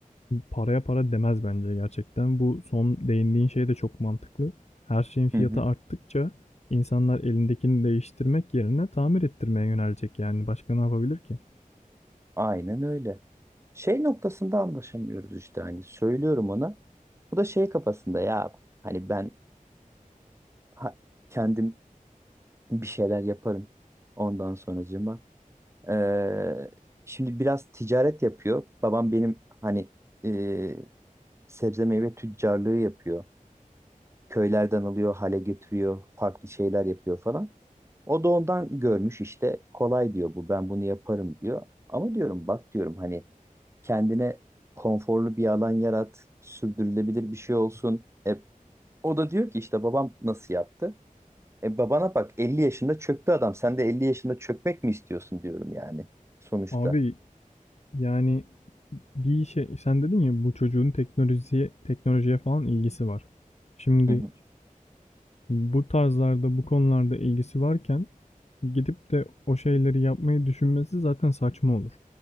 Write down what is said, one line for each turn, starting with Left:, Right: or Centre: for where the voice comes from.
Left: Paraya para demez bence gerçekten. Bu son değindiğin şey de çok mantıklı. Her şeyin fiyatı
Right: hı.
Left: arttıkça insanlar elindekini değiştirmek yerine tamir ettirmeye yönelecek yani. Başka ne yapabilir ki?
Right: Aynen öyle. Şey noktasında anlaşamıyoruz işte hani söylüyorum ona. Bu da şey kafasında ya hani ben ha- kendim bir şeyler yaparım ondan sonracığıma. Ee, şimdi biraz ticaret yapıyor. Babam benim hani e, sebze meyve tüccarlığı yapıyor. Köylerden alıyor, hale getiriyor, farklı şeyler yapıyor falan. O da ondan görmüş işte kolay diyor bu ben bunu yaparım diyor. Ama diyorum bak diyorum hani kendine konforlu bir alan yarat, sürdürülebilir bir şey olsun. E, o da diyor ki işte babam nasıl yaptı? E babana bak 50 yaşında çöktü adam. Sen de 50 yaşında çökmek mi istiyorsun diyorum yani sonuçta.
Left: Abi yani bir şey sen dedin ya bu çocuğun teknolojiye teknolojiye falan ilgisi var. Şimdi
Right: Hı hı.
Left: bu tarzlarda, bu konularda ilgisi varken gidip de o şeyleri yapmayı düşünmesi zaten saçma olur.